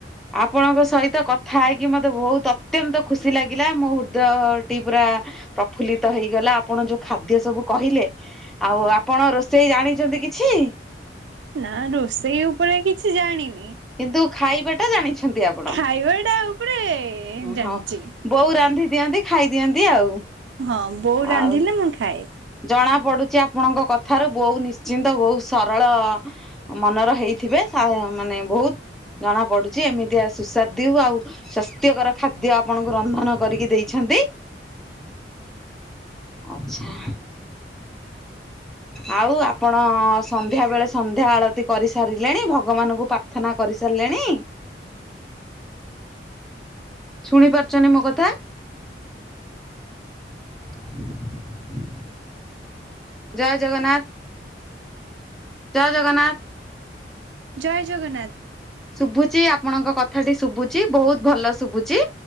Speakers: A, in the centre; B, on the right.
A: ଆପଣଙ୍କ ସହିତ କଥା ହେଇକି ମତେ ବହୁତ ଅତ୍ୟନ୍ତ ଖୁସି ଲାଗିଲା ମୋ ହୃଦୟଟି ପୁରା ପ୍ରଫୁଲ୍ଲିତ ହେଇଗଲା ଆପଣ ଯୋଉ ଖାଦ୍ୟ ସବୁ କହିଲେ ଆଉ ଆପଣ ରୋଷେଇ ଜାଣିଛନ୍ତି କିଛି?
B: ନା ରୋଷେଇ ଉପରେ କିଛି ଜାଣିନି।
A: କିନ୍ତୁ ଖାଇବା ଟା ଜାଣିଛନ୍ତି ଆପଣ?
B: ଖାଇବା ଟା ଉପରେ ଜାଣିଛି
A: ହଁ ବୋଉ ରାନ୍ଧି ଦିଅନ୍ତି ଖାଇଦିଅନ୍ତି ଆଉ।
B: ହଁ ବୋଉ ରାନ୍ଧିଲେ
A: ଆଉ
B: ମୁଁ ଖାଏ।
A: ଜଣା ପଡୁଛି ଆପଣଙ୍କ କଥାରୁ ବଉ ନିଶ୍ଚିନ୍ତ ବହୁତ ସରଳ ମନର ହେଇଥିବେ ଆ ମାନେ ବହୁତ ଜଣା ପଡୁଛି ଏମିତିଆ ସୁସ୍ୱାଦୁ ଆଉ ସ ନୃତ୍ୟକର ଖାଦ୍ୟ ଆପଣଙ୍କୁ ରନ୍ଧନ କରିକି ଦେଇଛନ୍ତି। ଆଚ୍ଛା।
B: ହ
A: ଆଉ ଆପଣ ସନ୍ଧ୍ୟା ବେଳେ ସନ୍ଧ୍ୟା ଆଳତି କରିସାରିଲେଣି ଭଗବାନଙ୍କୁ ପ୍ରା ପ୍ରାର୍ଥନା କରିସାରିଲେଣି? ଶୁଣି ପାରୁଛନ୍ତି ମୋ କଥା? <inaudible> ଜୟ ଜଗନ୍ନାଥ। ଜୟ ଜଗନ୍ନାଥ।
B: ଜୟ ଜଗନ୍ନାଥ।
A: ଶୁଭୁଛି ଆପଣଙ୍କ କଥାଟି ଶୁଭୁଛି ବହୁତ ଭଲ ଶୁଭୁଛି।